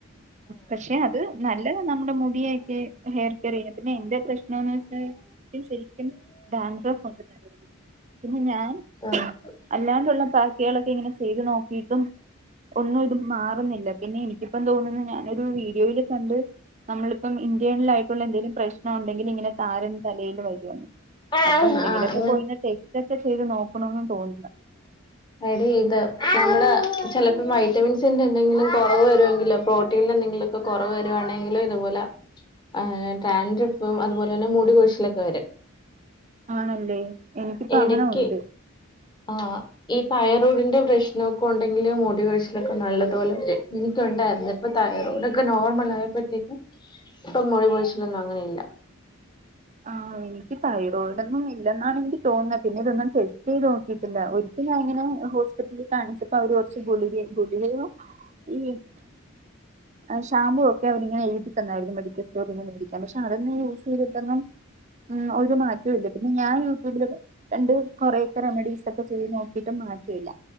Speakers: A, on the right; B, on the left.
A: പക്ഷെ അത് നല്ലതാ നമ്മുടെ മുടിയൊക്കെ ഹെയർ കെയർ ചെയ്യനെ പിന്നെ എന്റെ പ്രശ്നവെന്ന് വെച്ചാല് ശരിക്കും ബാഡ്രോ കൊണ്ട് <unintelligible> പിന്നെ ഞാൻ
B: ആഹ് ഹം
A: അല്ലാണ്ടുള്ള ബാക്കികളെക്കെ ഇങ്ങനെ ചെയ്ത് നോക്കിട്ടും ഒന്നും ഇത് മാറുന്നില്ല പിന്നെ എനി ക്ക് ഇപ്പം തോന്നുന്നു ഞാനൊരു വീഡിയോയിൽകണ്ട് നമ്മളിപ്പം ഇന്റേണൽ ആയിട്ടുള്ള എന്തെങ്കിലും പ്രശ്നം ഉണ്ടെങ്കിൽ ഇങ്ങനെ താരൻ തലേല് വരുവെന്ന്.
B: ആ
A: അപ്പൊ എന്തെങ്കിലൊക്കെ
B: ആ അങ്ങനെ
A: പോയിന ടെസ്റ്റ് ഒക്കെ ചെയ്ത് നോക്കണന്ന് തോന്നുന്നു.
B: എടി ഇത് നമ്മള് ചിലപ്പോ വൈറ്റമിൻസിന്റെ എന്തെങ്കിലും കുറവ് വരുമെങ്കിലോ പ്രോട്ടീനി എന്തെങ്കിലും ഒക്കെ കുറവ് വരുവാണെങ്കിലും ഇതുപോല ആഹ് ട്രാൻ ട്രിപ്പും അതുപോലെ തന്നെ മൂടി കൊഴിച്ചിലൊക്കെ വരും.
A: ആണല്ലേ? എനിക്കിപ്പ
B: ഇടയ്ക്ക്
A: അങ്ങന ഉണ്ട്.
B: ആഹ് ഈ തൈറൊഡിന്റെ പ്രശ്നഒക്കെ ഉണ്ടെങ്കിലും മുടി കൊഴിച്ചിലൊക്കെ നല്ലതുപോലെ വരും എനിക്ക് ഒണ്ടാരുന്നു ഇപ്പൊ തൈറോയ്ഡ് ഒക്കെ നോർമൽ ആയപ്പോത്തേക്കും ഇപ്പം മുടിപൊഴിച്ചിലൊന്നും അങ്ങനെ ഇല്ല.
A: ആ എനിക്ക് തൈറോയ്ഡൊന്നും ഇല്ലെന്നാണ് എനിക്ക് തോന്ന പിന്നെ ഇതൊന്നും ടെസ്റ്റ് ചെയ്ത് നോക്കിട്ടില്ല ഒരിക്കലങ്ങനെ ഹോസ്പിറ്റലിൽ കാണിച്ചപ്പോ അവര് കുറച്ച് ഗുളികയും ഗുളികയോ ഈ ആ ഷാമ്പൂ ഒക്കെ അവരിങ്ങനെഎഴുതി തന്നായിരുന്നു മെഡിക്കൽ സ്റ്റോറിന്ന് മേടിക്കാൻ പക്ഷെ അതൊന്നും യൂസ് ചെയ്തിട്ടോന്നും ഉം ഒരു മാറ്റോം ഇല്ല പിന്നെ ഞാൻ യൂട്യൂബില് കണ്ട് കൊറെയൊക്കെ റെമഡീസ് ഒക്കെ ചെയ്ത് നോക്കിട്ടും മാറ്റഇല്ല.